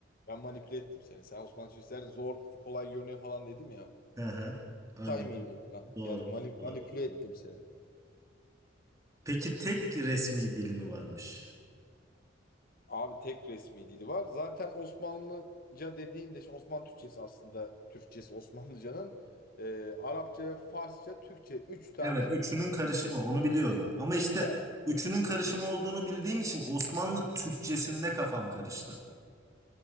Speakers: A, on the left; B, on the right.
A: Ben manipüle ettim seni. Sen Osmanlı Türkçesi'nden zor, kolay görünüyor falan dedim ya.
B: Hı hı. Aynen.
A: Saymayayım oradan.
B: Doğru.
A: Yani mani-
B: Doğru.
A: manipüle ettim seni.
B: Peki tek resmi dili mi varmış?
A: Abi tek resmi dili var. Zaten Osmanlıca dediğinde işte Osmanlı Türkçesi aslında Türkçesi Osmanlıcanın e, Arapça ve Farsça, Türkçe üç tane
B: Evet, üçünün karışımı onu biliyorum. Ama işte
A: yani
B: üçünün karışımı olduğunu bildiğim için Osmanlı Türkçesinde kafam karıştı.